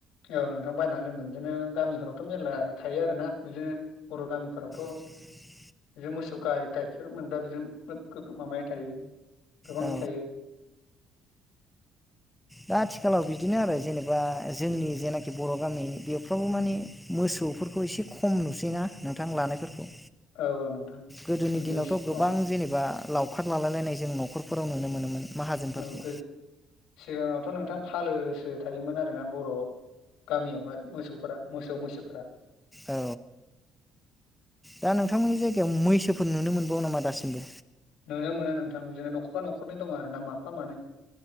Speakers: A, on the left; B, in the centre.
A: औ नोंथां बायनानै लोङो बिदिनो गामिफोरावथ' मेरला थायो आरोना बिदिनो बर' गामिफोरावथ'
B: <inaudible>
A: बिदि मोसौ गाय गाइखेर मोनग्रा बिदोनो <unintelligible> मामायै थायो। गोबाङै
B: औ
A: थायो।
B: दा आथिखालाव बिदिनो आरो जेनेबा जोंनि जेनाखि बर' गामि बेफ्रावबो माने मोस सौफोरखौ एसे खम नुसैना नोंथां लानायफोरखौ।
A: औ औ नोंथां
B: गोदोनि
A: नुयो
B: दिनावथ'
A: एसे
B: गोबां
A: खम
B: जेनेबा लावखार लालायलायनाय जों न'खरफोराव नुनो मोनोमोन माहाजोनफोरखौ
A: औ गो सिगाङावथ' नोंथां फालोसो थायोमोन आरोना बर' गामियावहाय मोसौफोरा मोसौ मैसोफोरा
B: औ दा नोंथांमोननि जायगायाव मैसोफोर नुनो मोनबावो नामा दासिमबो
A: नुनो मोनो नोंथां बिदिनो न'खरफा न'खरनै दं आरो ना माफा मानै